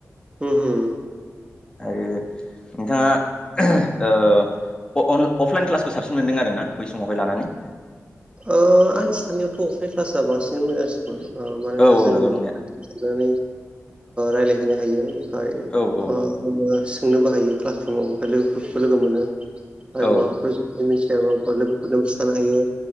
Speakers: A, on the right (about 20°); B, on the left (about 20°).
A: उम उम
B: आरो नोंथाङा ओ अन अफलाइन क्लासखौ साबसिन मोनदों आरोोना बै समावहाय लानानै
A: आंनि साननायावथ' अफलाइन क्लासआ बांसिन मोजांसिन मानोना
B: औ औ
A: जोङो
B: नंगौ नंनाया
A: साननानै रायलायहैनो हायो ओमफ्राया
B: औ औ
A: सोंनोबोाहायो क्लास रुमाव ओमफ्राय लोगोफोरखौ लोगो मोनो आरो
B: औ
A: माबाफोर जुदि मिथियाबाा लोगोफोरनो खिथानो हायो